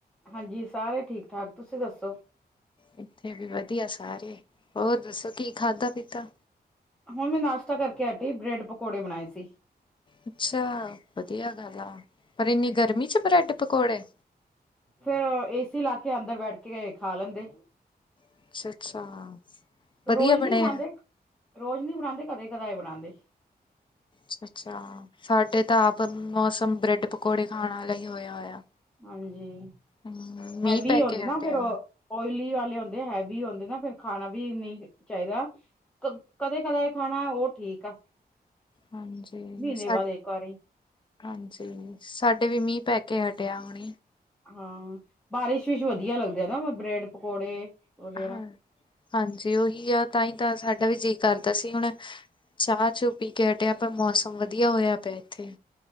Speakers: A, in the centre; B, on the left (about 30°).
A: ਹਾਂਜੀ ਸਾਰੇ ਠੀਕ -ਠਾਕ ਤੁਸੀਂ ਦੱਸੋ।
B: ਇੱਥੇ ਵੀ ਵਧੀਆ ਸਾਰੇ, ਹੋਰ ਦੱਸੋ ਕੀ ਖਾਧਾ ਪੀਤਾ।
A: ਹੁਣ ਮੈਂ ਨਾਸ਼ਤਾ ਕਰਕੇ ਆਟੀ, ਬ੍ਰੈਡ ਪਕੌੜੇ ਬਣਾਏ ਸੀ।
B: ਅੱਛਾ ਵਧੀਆ ਗੱਲ ਆ। ਪਰ ਇੰਨੀ ਗਰਮੀ ਚ ਬ੍ਰੈਡ ਪਕੌੜੇ।
A: ਫੇਰ ਏਸੀ ਲਾ ਕੇ ਅੰਦਰ ਬੈਠ ਕੇ, ਖਾ ਲੈਂਦੇ।
B: ਅੱਛਾ ਅੱਛਾ ਵਧੀਆ
A: ਰੋਜ਼
B: ਬਣੇ
A: ਨੀ ਬਣਾਂਦੇ,
B: ਆ
A: ਰੋਜ਼ ਨੀ ਬਣਾਂਦੇ, ਕਦੇ ਕਦਾਏ ਬਣਾਉਂਦੇ <unintelligible>
B: ਅੱ ਅੱਛਾ ਸਾਡੇ ਤਾਂ ਆਪ, ਮੌਸਮ ਬ੍ਰੈਡ ਪਕੌੜੇ ਖਾਣ ਆਲਾਈ ਹੋਇਆ ਹੋਇਆ।
A: ਹਾਂਜੀ,
B: ਹਮ ਮੀਂਹ
A: ਹੈਵੀ
B: ਪੈ
A: ਓਂਦੇ
B: ਕੇ ਹਟਿਆ
A: ਨਾ ਫੇਰ, ਓਇਲੀ ਵਾਲੀ ਹੁੰਦੇ ਹੈਵੀ ਹੁੰਦੇ ਨਾ ਫਿਰ ਖਾਣਾ ਵੀ ਨਹੀਂ ਚਾਹੀਦਾ ਕਦੇ-ਕਦੇ ਖਾਣਾ ਉਹ ਠੀਕ ਠੀਕ ਆ,
B: ਹਾਂਜੀ
A: ਮਹੀਨੇ
B: ਸਾ
A: ਬਾਅਦ ਇੱਕ ਵਾਰੀ
B: ਹਾਂਜੀ ਸਾਡੇ ਵੀ ਮੀਂਹ, ਪੈ ਕੇ ਹਟਿਆ ਹੁਣੀ,
A: ਹਾਂ ਬਾਰਿਸ਼ ਵਿੱਚ ਵਧੀਆ ਲੱਗਦੇ ਨਾ ਬ੍ਰੈਡ ਪਕੌੜੇ, ਵਗੈਰਾ
B: ਹਾਂ ਹਾਂਜੀ, ਉਹੀ ਆ ਤਾਂ ਹੀ ਤਾਂ ਸਾਡਾ ਵੀ ਜੇ ਕਰਦਾ ਸੀ ਹੁਣ ਚਾਹ ਚੂਹ ਪੀ ਕੇ ਹਟਿਆ ਪਰ ਮੌਸਮ ਵਧੀਆ ਹੋਇਆ ਪਿਆ ਇੱਥੇ,